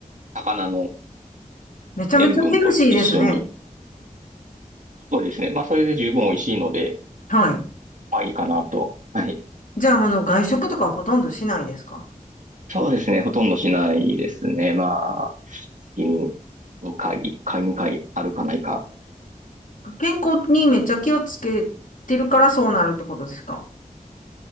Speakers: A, on the right; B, on the left.
A: 魚の
B: めちゃめちゃヘルシーですね。
A: 塩分と一緒に、そうですね。まあ、それで十分美味しいので、
B: はい。
A: まあいいかなと。はい。
B: じゃあ、あの、外食とかはほとんどしないですか
A: そうですね。ほとんどしないですね。まあ、月に2回、1回、2回あるかないか。
B: 健康にめっちゃ気をつけてるからそうなるってことですか